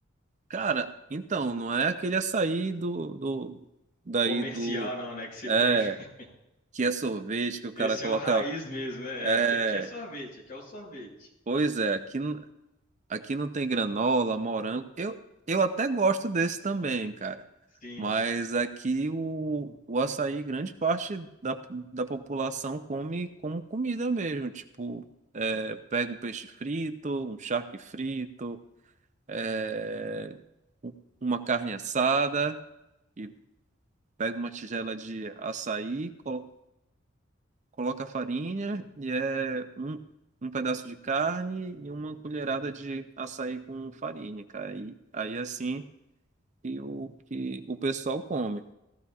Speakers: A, on the right (about 35°); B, on the left (about 45°).
A: cara, então, não é aquele açaí do, do, daí
B: Comercial
A: do.
B: não, né? Que se
A: É,
B: tem. <laughs>
A: que é sorvete, que o cara
B: Esse
A: coloca.
B: é o raiz mesmo, né?
A: É,
B: É, que aqui é sorvete, aqui é o sorvete.
A: pois é, aqui, não- aqui não tem granola, morango. Eu, eu até gosto desse também, cara.
B: Sim,
A: Mas aqui o, o açaí, grande parte da, da população come como comida mesmo. Tipo, é, pega um peixe frito, um charque frito, é, um- uma carne assada e pega uma tigela de açaí, colo- coloca a farinha e é um, um pedaço de carne e uma colherada de açaí com farinha, cara. E aí assim que o que o pessoal come.